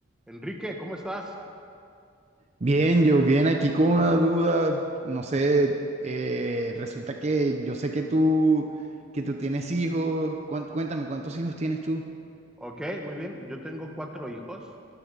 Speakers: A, in the centre; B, on the right.
A: Enrique, ¿cómo estás?
B: Bien, yo bien aquí con una duda, no sé, eh, resulta que yo sé que tú, que tú tienes hijos, cuán- cuéntame, ¿cuántos hijos tienes tú?
A: Ok, muy bien. Yo tengo cuatro hijos.